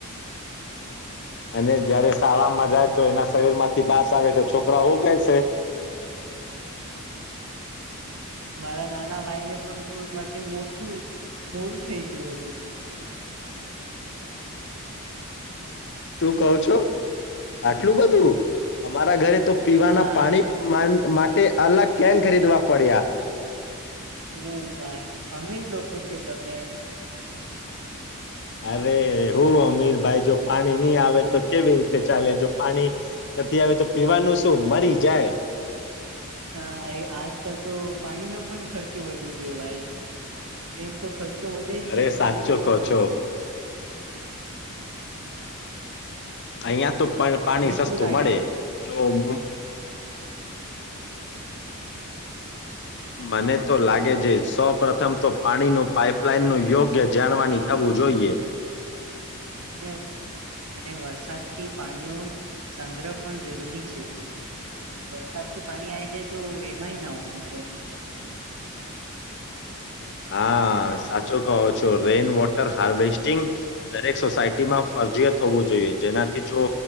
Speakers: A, on the left (about 55°); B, on the right (about 80°).
A: અને જયારે શાળામાં જાય તો એના શરીર માંથી બાસ આવે તો છોકરા હોું ક છે
B: મારા નાના ભાઈ ને પણ સ્કૂલ માટે મોટું મોડ થઈ ગયું હતું
A: તું કો છો આટલું બધું અમારા ઘરે તો પીવાના
B: હા
A: પાણી માન માટે અલગ કેન ખરીદવા પડ્યા
B: <unintelligible> અમે લોકો છે તમે
A: અરે હું અમીરભાઈ જો પાણી ની આવે તો કેવી રીતે ચાલે જો પાણી નથી આવે તો પીવાનું શું મરી જાય
B: હા એ આજકાલ તો પાણી નો પણ ખર્ચો વધી ગયો ભાઈ એમ તો ખર્ચ ખર્ચો વધે
A: અરે
B: છે
A: સાચો
B: પાણી નો પણ
A: કહો
B: ખર્ચો
A: છો અહિયાં તો પણ પાણી
B: તને
A: સસ્તું
B: શું લાગે
A: મળે
B: છે
A: જો <inaudible> મને તો લાગે છે સૌ પ્ર્રથમ તો પાણીનું પાઇપલાઇનનું યોગ્ય જાણવાની થવું જોઈએ
B: અને અને વરસાદ થી પાણીઓ સંગ્રહ પણ જરૂરી છે વરસાદ થી પાણી આવી જાય તો એમાંય <unintelligible>
A: હા સાચો કહો છો રેઈન વોટર હાર્વેસ્ટિંગ દરેક સોસાયટીમાં ફરજીિયાત હોવું જોઈએ જેનાથી જો